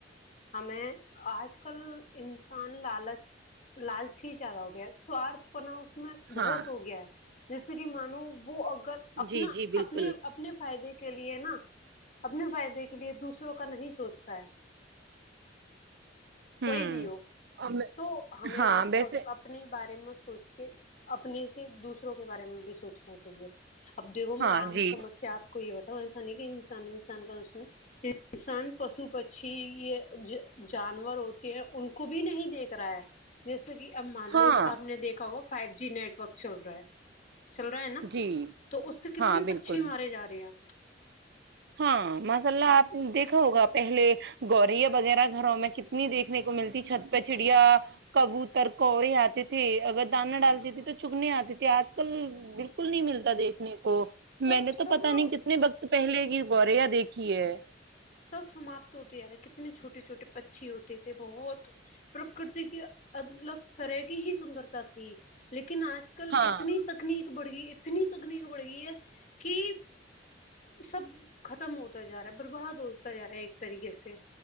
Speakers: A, on the left; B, on the right.
A: ہمیں آج کل انسان لالچ لالچی زیادہ ہو گیا سوارد پنہ اس میں بہت
B: ہاں
A: ہو گیا ہے جیسے کہ مانو وہ اگر اپنا
B: جی جی بالکل
A: اپنے اپنے فائدے کے لیے نا اپنے فائدے کے لیے دوسروں کا نہیں سوچتا ہے
B: ہوں
A: کوئی بھی ہو
B: اور میں
A: تو ہمیں
B: ہاں
A: نا
B: ویسے
A: اب اپنے بارے میں سوچ کے اپنے سے دوسروں کے بارے میں بھی سوچنا چاہیے اب دیکھو میں
B: ہاں
A: عام
B: جی
A: سمسیا آپ کو یہ بتاؤں ایسا نہیں کہ انسان انسان کا دشمن انسان پشو پکشی یہ جانور ہوتے ہیں ان کو بھی نہیں دیکھ رہا ہے جیسے کہ اب مان
B: ہاں
A: لو آپ نے دیکھا ہوا فائیو جی نیٹورک چل رہا ہے چل رہا ہے نا
B: جی
A: تو اس سے کتنے
B: ہاں بالکل
A: پکشی مارے جا رہے ہیں
B: ہاں ماشاء اللہ آپ نے دیکھا ہوگا پہلے گوریا وغیرہ گھروں میں کتنی دیکھنے کو ملتی چھت پہ چڑیا کبوتر کوئی آتی تھی اگر دانہ ڈالتی تھی تو چگنی آتی تھی آج کل بالکل نہیں ملتا دیکھنے کو
A: سب
B: میں نے تو
A: سب
B: پتا نہیں کتنے وقت پہلے ہی گوریا دیکھی ہے
A: سب سماپت ہوتے یار کتنے چھوٹے چھوٹے پکشی ہوتے تھے بہت پرکرتی کی الگ طرح کی ہی سندرتا تھی لیکن آج کل
B: ہاں
A: اتنی ٹکنیک بڑھ گئی اتنی ٹکنیک بڑھ گئی ہے کی سب ختم ہوتا جا رہا ہے برباد ہوتا جا رہا ہے ایک طریقے سے